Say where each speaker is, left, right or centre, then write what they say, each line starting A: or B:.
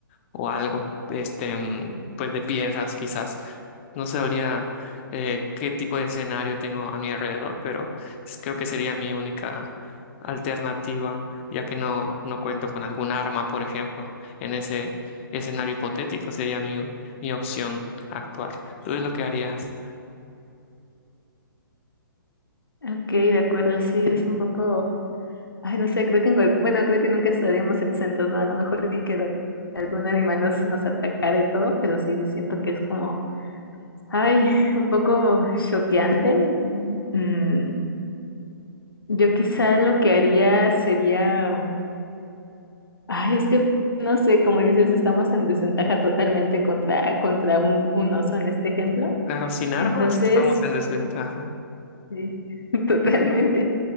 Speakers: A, on the left; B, on the left.
A: o algo, este, mm, pues de piedras quizás. No sabría eh, qué tipo de escenario tengo a mi alrededor, pero s- creo que sería mi única alternativa, ya que no, no cuento con algún arma, por ejemplo. En ese escenario hipotético sería mi, mi opción actuar. ¿Tú es lo que harías?
B: Ok, de acuerdo, sí, es un poco, ay, no sé, creo que en cual- bueno, creo que nunca estaríamos exentos, ¿no? A lo mejor y que algún animal nos, nos atacara y todo, pero sí sí siento que es como, ay, un poco choqueante. Mm, yo quizá lo que haría sería Ay, es que no sé, como dices, estamos en desventaja totalmente contra, contra un, un oso en este ejemplo.
A: Claro, sin armas
B: Entonces,
A: estamos
B: Claro.
A: en desventaja.
B: sí, <laughs> totalmente.